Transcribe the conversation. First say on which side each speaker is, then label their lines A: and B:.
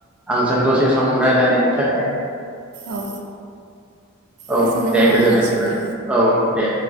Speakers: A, in the centre; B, on the right (about 85°).
A: आंजों दसे सम रायलानायनि थाखाय।
B: औ
A: <inaudible> औ
B: गोजोननाय
A: दे
B: थाबाय
A: गोजोननाय
B: नोंथांनिसिमबो
A: थाबाय औ। दे।